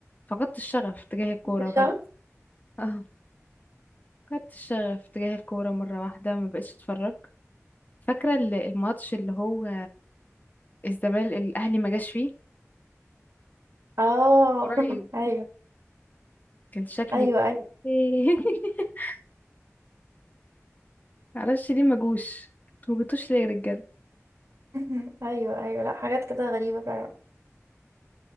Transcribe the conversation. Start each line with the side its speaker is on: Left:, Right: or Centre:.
Left: فقدت الشغف تجاه الكورة
Right: الشغف
Left: فجأة اه فقدت الشغف تجاه الكورة مرة واحدة مبقاش اتفرج فاكرة ال- الماتش اللي هو الزمالك الأهلي ما جاش فيه
Right: اه
Left: قريب
Right: <laughs> ايوه
Left: كان شكلي
Right: ايوه ايوه
Left: <laughs> معرفش ليه ما جوش انتوا ما جيتوش ليه يا رجالة
Right: <laughs> ايوه ايوه لا حاجات كده غريبه فعلا